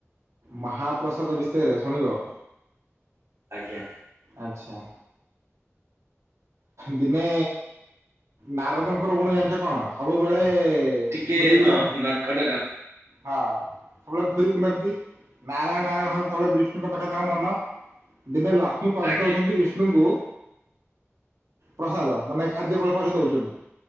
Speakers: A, on the right; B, on the right.
A: ମାହାପ୍ରସାଦ ବିଷୟରେ ଶୁଣିବ।
B: ଆଜ୍ଞା।
A: ଆଚ୍ଛା। ଦିନେ ନାରଦଙ୍କର ଗୁଣ ଜାଣିଛ କଣ ସବୁବେଳେ
B: ଟିକେ
A: ଘୁରି ବୁଲନ୍ତି
B: ହଁ ନଟଖଟ ଗାଁ
A: ହଁ ସବୁବେଳେ ଘୁରି ବୁଲନ୍ତି ନାରାୟଣ ନାରାୟଣ ହୁଅନ୍ତି ସବୁବେଳେ ବିଷ୍ଣୁଙ୍କ ପାଖରେ ତାଙ୍କ ମନ ଦିନେ ଲଷ୍ମୀ ଲକ୍ଷ୍ମୀ ପରଷି
B: ଆଜ୍ଞା
A: ଦଉଛନ୍ତି ବିଷ୍ଣୁଙ୍କୁ ପ୍ରସାଦ ମାନେ ଖାଦ୍ୟ ପ ପ ଦଉଛନ୍ତି